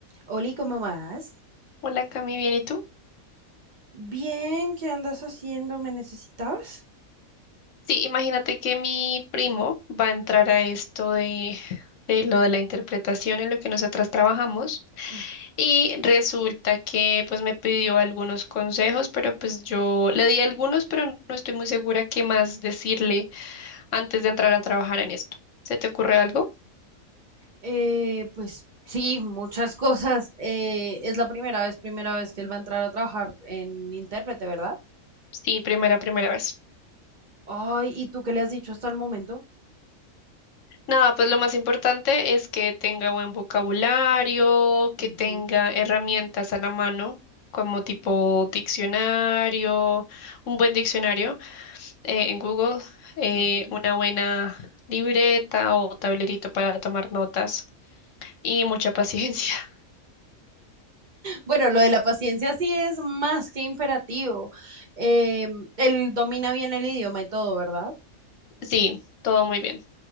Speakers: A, on the right; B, on the left.
A: Oli, ¿cómo vas?
B: Hola Cami, ¿bien y tú?
A: Bien, ¿qué andas haciendo? ¿Me necesitabas?
B: Sí, imagínate que mi primo va a entrar a esto de, de lo de la interpretación en lo que nosotras trabajamos
A: Ujú.
B: y resulta que pues me pidió algunos consejos, pero pues yo le di algunos, pero no estoy muy segura qué más decirle antes de entrar a trabajar en esto. ¿Se te ocurre algo?
A: Eh, pues sí, muchas cosas. Eh, es la primera vez, primera vez que él va a entrar a trabajar en intérprete, ¿verdad?
B: Sí, primera, primera vez.
A: Ay, ¿y tú qué le has dicho hasta el momento?
B: Nada, pues lo más importante es que tenga buen vocabulario,
A: Ujú,
B: que tenga herramientas a la mano, como tipo diccionario, un buen diccionario eh, en Google, eh,
A: ujú.
B: una buena libreta o tablerito para tomar notas y mucha paciencia. <laughs>
A: Bueno, lo de la paciencia sí es más que imperativo. Em, él domina bien el idioma y todo, ¿verdad?
B: Sí, todo muy bien.